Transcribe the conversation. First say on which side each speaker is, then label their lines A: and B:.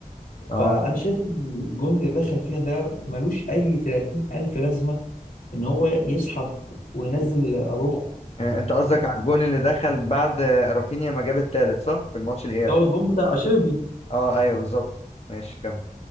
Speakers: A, on the left (about 75°); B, on the left (about 45°).
A: فانا
B: اه
A: شايف إن الجون اللي دخل فينا ده ملوش اي 30 الف لازمه ان هو يسحب وينزل اروخو
B: آه، انت قصدك
A: يعني
B: على الجون اللي دخل بعد آه، رافينيا ما جاب التالت صح في الماتش الإياب
A: ده هو الجون بتاع اشيربي
B: اه ايوه بالظبط ماشي كمل